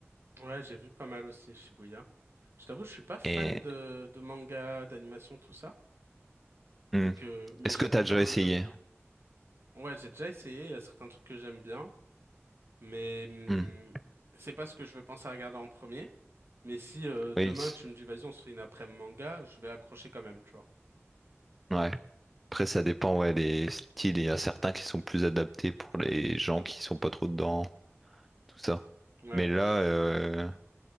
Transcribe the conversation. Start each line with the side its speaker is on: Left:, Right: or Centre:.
Right: Ouais, j'ai vu pas mal aussi Shibuya. Je t'avoue, je suis pas fan
Centre: Et
Right: de, de manga, d'animation, tout ça.
Centre: Hmm.
Right: Donc, euh, mais
Centre: Est-ce
Right: j'adore
Centre: que tu as déjà essayé?
Right: le Japon. Ouais, j'ai déjà essayé. Il y a certains trucs que j'aime bien, mais hum,
Centre: Hmm.
Right: c'est pas ce que je vais penser à regarder en premier. Mais si euh, demain
Centre: Oui, c-
Right: tu me dis vas-y on se fait une après-midi manga, je vais accrocher quand même, tu vois.
Centre: ouais. Après, ça dépend, ouais, les styles. Il y a certains qui sont plus adaptés pour les gens qui sont pas trop dedans, tout ça.
Right: Ouais,
Centre: Mais
Right: bah
Centre: là,
Right: je...
Centre: euh,